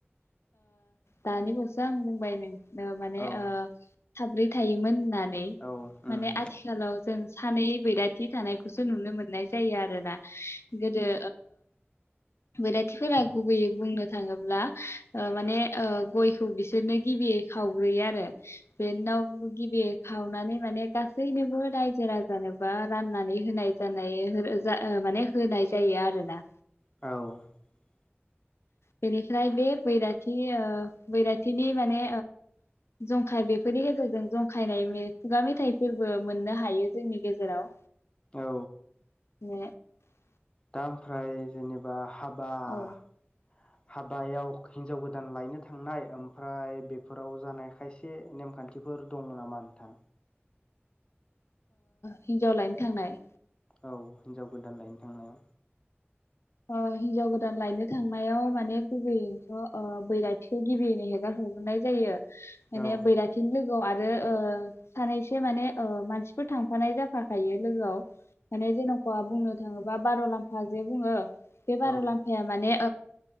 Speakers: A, on the left; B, on the left.
A: दानिखौसो आं बुंबाय नों माने
B: औ
A: ओं। साब्रै थायोमोन होननानै
B: औ उम
A: माने आथिखालाव जों सानै बैराथि थानायखौसो नुनो मोननाय जायो आरोना गोदो बैराथिफोरा गुबैयै बुंनो थाङोब्ला ओं माने ओं गयखौ बिसोरनो गिबियै खावग्रोयो आरो बिनि उनाव गिबियै खावनानै माने गासैनोबो रायजो राजानोबा राननानै होनाय जानाय माने होनाय जायो आरोना।
B: औ।
A: बेनिफ्राय बे बैराथि बैराथिनि माने जंखाय बेफोरनि गेजेरजों जंखायनाय खुगा मेथाइफोरबो मोननो हायो जोंनि गेजेराव।
B: औ।
A: <inaudible>
B: दा आमफ्राय जेनेबा हाबा बा।
A: औ
B: हाबायाव हिनजाव गोदान लायनो थांनाय ओमफ्राय बेफोराव जानाय खायसे नेमखान्थिफोर दङ नामा नोंथां।
A: हिनजाव लायनो थांनाय।
B: औ हिनजाव गोदान लायनो थांनाया।
A: हिनजाव गोदान लायनो थांनायाव माने गुबैयैथ' बैराथिखौ गिबियैनो हेगार हरग्रोननाय जायो। माने
B: औ
A: बैराथिनि लोगो लोगो आरो सानैसो माने मानसिफोर थांफानाय जाफाखायो लोगोआव। माने जेन'खा बुंनो थाङोबा बार' लाम्फा जे बुंङो। बे बार'लाम्फाया
B: औ
A: माने